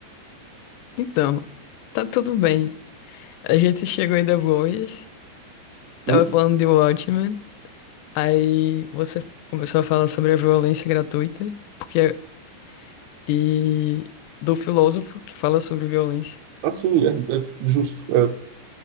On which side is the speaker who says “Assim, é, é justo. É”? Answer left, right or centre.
Right